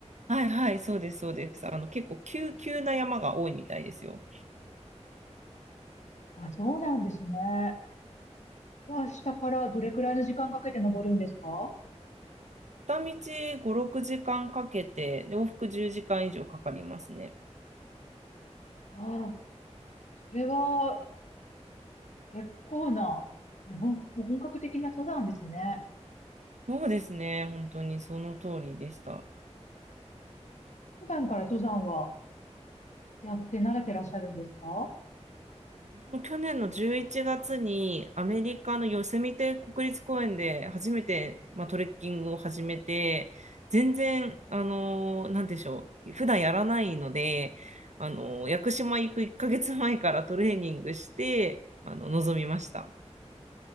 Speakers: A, on the right (about 75°); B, on the left (about 80°).
A: はいはい、そうです、そうです。あの、結構急、急な山が多いみたいですよ。
B: あ、そうなんですね。まあ、下からどれくらいの時間かけて登るんですか
A: 片道5、6時間かんかけて、で往復10時間以上かかりますね。
B: ああ、それは結構な、ねもう、もう本格的な登山ですね。
A: そうですね。本当にその通りでした。
B: 普段から登山はやって慣れてらっしゃるんですか
A: 私も去年の11月にアメリカのヨセミテ国立公園で初めて、まあ、トレッキングを始めて、全然、あのーなんでしょう、普段やらないので、あのー屋久島行く1ヶ月前からトレーニングして、あの、臨みました。